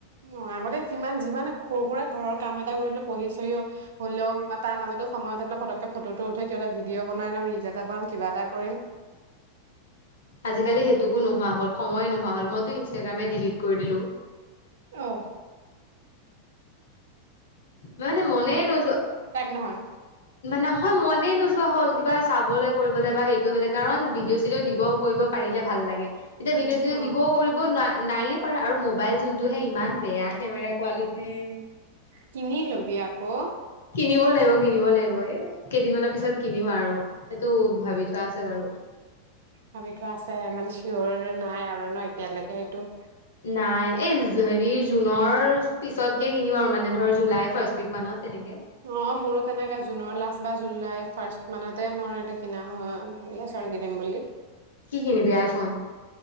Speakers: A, on the right; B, on the left.
A: অ' আগতে কিমান-যিমান সৰু-সুৰা ঘৰৰ কাম এটা কৰিলেও, পঢ়ি-চঢ়ি হ'লেও বা তাৰ মাজতো সময় ওলাই পেলাই ফতককে ফটোটো উঠে কিবা এটা ভিডিঅ' বনাই, ৰীল এটা বনাম, কিবা এটা কৰিম।
B: আজিকালি সেইটোকো নোহোৱা হ'ল, সময়ে নোহোৱা হ'ল। মইতো ইনষ্টাগ্ৰামে ডিলিট কৰি দিলোঁ।
A: অহ।
B: মানে মনে নোযোৱা,
A: নহয়
B: নহয় মনে নোযোৱা। নোযোৱা হ'ল। কিবা চাবলৈ, কৰিবলৈ বা হেৰি কৰিবলৈ। কাৰণ ভিডিঅ'-চিডিঅ' দিব কৰিব পাৰিলে ভাল লাগে। এতিয়া ভিডিঅ'-চিডিঅ'
A: অ
B: দিবও কৰিব না নায়ে পাৰা আৰু মোবাইল যোন সেই ইমান বেয়া কেমেৰা কোৱালিটি।
A: কিনি ল'বি আকৌ।
B: কিনিব লাগিব কিনিব লাগিব। এ কেইদিনমানানৰ পিছত কিনিম আৰু, সেইটো ভাবি থোৱা আছে বাৰু।
A: ভাবি থোৱাহে আছে মানে, চিঅৰ নাই আৰু ন এতিয়ালৈকে সেইটো?
B: নাই, এই হেৰি জুনৰ পিছতকে কিনিম আৰু মানে ধৰ জুলাই ফাৰ্ষ্ট উইকমানত তেনেকে।
A: অ' মোৰো তেনেকে জুনৰ লাষ্ট বা জুলাই ফাৰ্ষ্টমানতে মোৰ এটা কিনা হয়, ভাবি আছো আৰু কিনিম বুলি।
B: কি কিনিবি আইফোন?